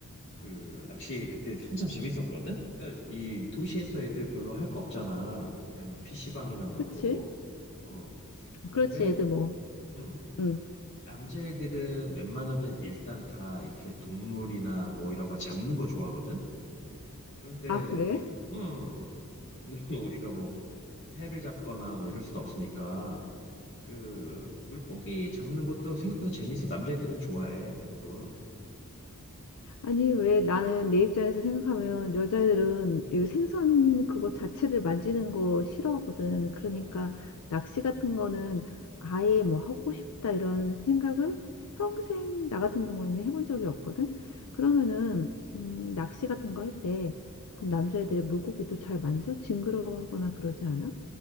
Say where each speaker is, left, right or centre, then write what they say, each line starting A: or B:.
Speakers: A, on the left; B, on the left.
A: 그, 낚시 그때 한참 재밌었거든? 그니까, 이 도시에서 애들 별로 할 거 없잖아. 맨 PC방이나 가고,
B: 그치?
A: 어. 그런데,
B: 그렇지, 애들 뭐.
A: 음,
B: 음.
A: 남자애들은 웬만하면 일단 다 이렇게 동물이나 뭐 이런 거 잡는 거 좋아하거든? 그런데
B: 아, 그래?
A: 우리, 음, 근데 <laughs> 우리가 뭐 새를 잡거나 뭐 이럴 순 없으니까 그 물고기 잡는 것도 생각보다 재밌어. 남자애들은 좋아해, 대부분.
B: 아니, 왜 나는 내 입장에서 생각하면 여자애들은
A: 음,
B: 이 생선 그거 자체를 만지는 거 싫어하거든. 그러니까
A: 아,
B: 낚시 같은 거는 아예 뭐 하고 싶다 이런 생각을 평생 나 같은 경우에는 해본 적이 없거든. 그러면은
A: 음,
B: 음,
A: 음,
B: 낚시 같은 거 할 때
A: 어.
B: 그럼 남자애들이 물고기도 잘 만져? 징그러워하거나 그러지 않아?